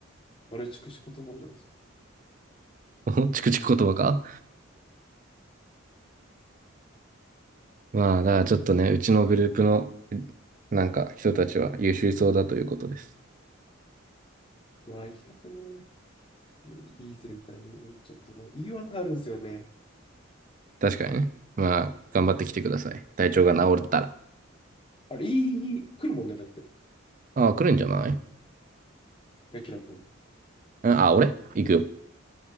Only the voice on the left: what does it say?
あれ、筑紫言葉じゃないですか。
うわ、行きたくねえ。いい全体に、ちょっとな、いいワンがあるんですよね。
あれ、いい、いい、来るもんね、だって。
ヤキラ君。